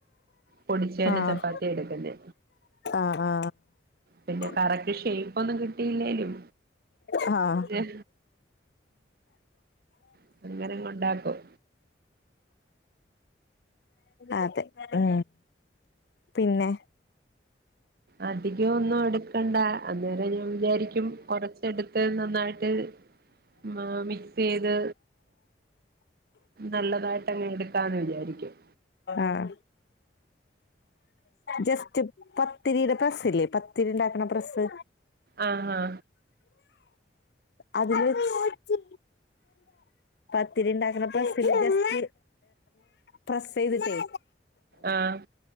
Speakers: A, on the right; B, on the left.
A: പൊടിചെന്നെ
B: ആഹ്
A: ചപ്പാത്തി എടുക്കുന്നെ
B: ആഹ്
A: പിന്നെ
B: ആഹ്
A: കറക്റ്റ് ഷെയ് ഇപ്പൊന്നും കിട്ടില്ലേലും
B: ആഹ്
A: ഏ ഉ അങ്ങനെ അങ്ങ് ഉണ്ടാക്കും
B: അതെ ഏ പിന്നെ
A: അധികം ഒന്നും എടുക്കണ്ട അന്നേരം ഞാൻ വിചാരിക്കും കുറച്ചെടുത്ത് നന്നായിട്ട് മ മിക്സ് ചെയ്ത് നല്ലതായിട്ട് അങ്ങനെ എടുക്കാന്ന് വിചാരിക്കും
B: ആഹ് ജസ്റ്റ് പത്തിരിയുടെ പ്രസ്സില്ലേ പത്തിരി ഉണ്ടാക്കണ പ്രസ്സ്
A: ആഹ് ആ
B: അതില് സ് പത്തിരി ഉണ്ടാക്കണപ്രസ്സില് ജസ്റ്റ് പ്രെസ്സ് ചെയ്തിട്ടേ
A: ആഹ്